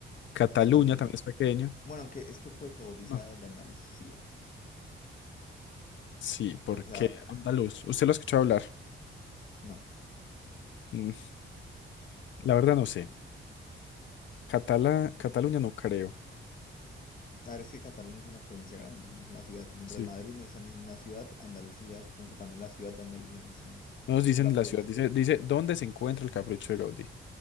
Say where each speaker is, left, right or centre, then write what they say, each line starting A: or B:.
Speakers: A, on the left; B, on the left.
A: Cataluña
B: y Andalucía.
A: también es pequeño.
B: Bueno, aunque es que puede que Gaudí
A: No.
B: sea de Andalucía.
A: Sí, ¿por
B: Puede que
A: qué?
B: sea...
A: Andaluz. ¿Usted lo ha escuchado hablar?
B: No.
A: Mm, La verdad no sé. Catala, Cataluña no creo.
B: La verdad es que Cataluña es una provincia grande, no es una ciudad. Mientras
A: Sí.
B: Madrid no es ni una ciudad, Andalucía, supongo que también la ciudad de Andalucía, no sé.
A: No nos dicen
B: O la provincia.
A: la ciudad. Dice, dice, ¿dónde se encuentra el capricho de Gaudí?